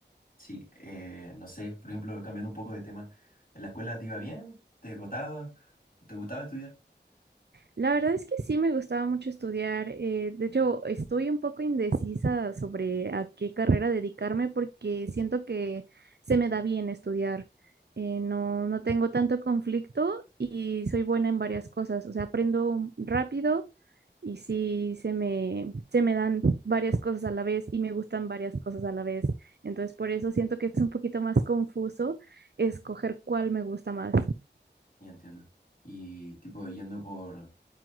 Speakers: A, on the left; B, on the right.
A: Sí, eh, no sé, por ejemplo, cambiando un poco de tema, ¿en la escuela te iba bien? ¿Te gustaba? ¿Te gustaba estudiar?
B: La verdad es que sí me gustaba mucho estudiar. eh, de hecho, estoy un poco indecisa sobre a qué carrera dedicarme porque siento que se me da bien estudiar. Eh, no, no tengo tanto conflicto y soy buena en varias cosas. O sea, aprendo rápido y sí se me, se me dan varias cosas a la vez y me gustan varias cosas a la vez. Entonces, por eso siento que es un poquito más confuso escoger cuál me gusta más.
A: Ya entiendo. Y tipo, yendo por